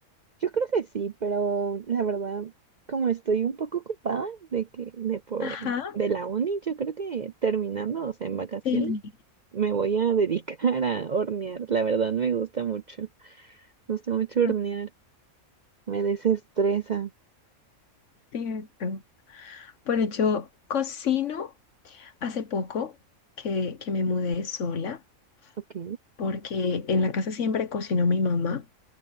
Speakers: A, on the right; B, on the left.
A: yo creo que sí, pero la verdad, como estoy un poco ocupada de que de por
B: Ajá.
A: de la uni, yo creo que terminando, o sea, en vacaciones,
B: Sí,
A: me voy a dedicar a hornear. La verdad me gusta mucho, me gusta mucho hornear,
B: es
A: me desestresa.
B: cierto. Bueno, yo cocino hace poco que, que me mudé sola
A: Ok.
B: porque en la casa siempre cocinó mi mamá.